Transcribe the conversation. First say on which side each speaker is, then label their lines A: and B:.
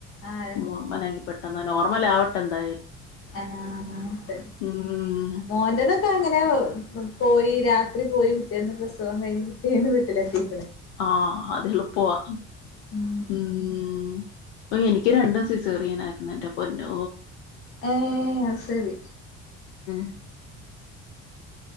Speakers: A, on the left; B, on the left.
A: ആഹ്
B: നോർമൽ ആക്കി പെട്ടെന്ന് നോർമൽ ആവട്ടെന്താ
A: ആ തെ
B: ഉം
A: മോന്റേതൊക്കെ അങ്ങനെയ പോയി രാത്രി പോയി പിറ്റേന്ന് പ്രസവം കഴിഞ്ഞ് പിറ്റെന്ന് വിട്ടിലെത്തി
B: ആഹ അത് എളുപ്പവാ
A: ഉം
B: ഉം ഓ എനിക്ക് രണ്ടും സിസേറിയനായിരുന്നു എന്റെ പൊന്നോ
A: ഏ അയ് സരി
B: <inaudible>